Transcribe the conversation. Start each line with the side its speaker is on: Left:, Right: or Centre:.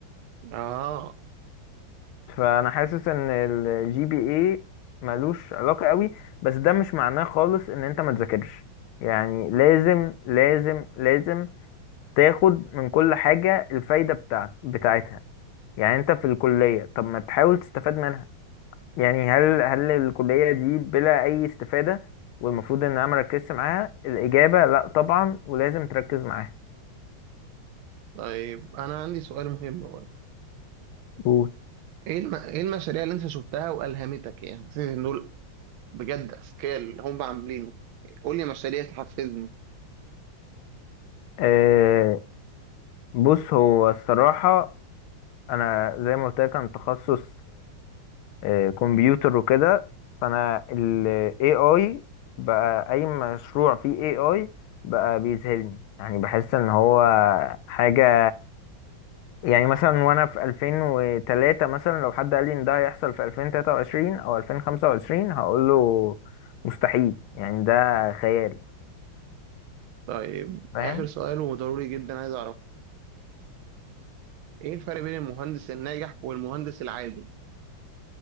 Right: اه
Left: فانا حاسس ان الجي بي اي ملوش علاقه قوي بس ده مش معناه خالص ان انت ما تذاكرش يعني لازم لازم لازم تاخد من كل حاجه الفايده بتاعت بتاعتها يعني انت في الكليه طب ما تحاول تستفاد منها يعني هل هل الكليه دي بلا اي استفاده والمفروض ان انا مركزش معاها الاجابه لا طبعا ولازم تركز معاها
Right: طيب انا عندي سؤال مهم برضه
Left: قول
Right: ايه الم... ايه المشاريع اللي انت شفتها والهمتك يعني حسيت ان دول بجد اذكياء اللي هم عاملينه قول لي مشاريع تحفزني
Left: آه، بص هو الصراحة أنا زي ما قلت لك أنا تخصص آه، كمبيوتر وكده فانا ال AI بقى اي مشروع فيه AI بقى بيذهلني يعني بحس ان هو حاجة يعني مثلا وانا في 2003 مثلا لو حد قال لي ان ده هيحصل في 2023 او 2025 هقول له مستحيل يعني ده خيال
Right: طيب
Left: فاهم
Right: اخر سؤال وضروري جدا عايز اعرف ايه الفرق بين المهندس الناجح والمهندس العادي